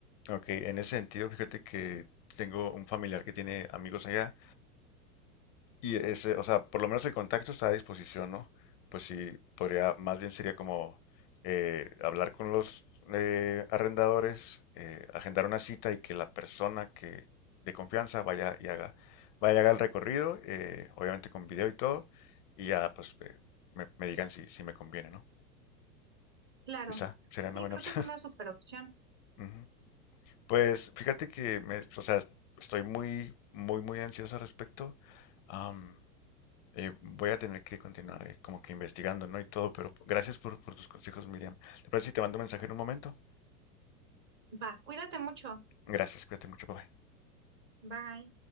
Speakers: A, on the left (about 30°); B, on the right (about 25°).
A: Ok, en ese sentido, fíjate que tengo un familiar que tiene amigos allá Y ese, o sea, por lo menos el contacto está a disposición, ¿no? Pues sí, podría, más bien sería como eh, hablar con los eh, arrendadores, eh, agendar una cita y que la persona que de confianza vaya y haga, vaya y haga el recorrido, eh, obviamente con video y todo, y ya pues eh, me, me digan si, si me conviene, ¿no?
B: Claro,
A: Quizá sería
B: sí,
A: una buena
B: creo
A: opción.
B: que es una super opción.
A: <laughs> Ujú. Pues fíjate que me, o sea, estoy muy, muy, muy ansioso al respecto. Am, eh, voy a tener que continuar eh, como que investigando, ¿no? Y todo, pero gracias por, por tus consejos, Miriam. ¿Te parece si te mando un mensaje en un momento?
B: Va, cuídate mucho.
A: Gracias, cuídate mucho, papá.
B: Bye.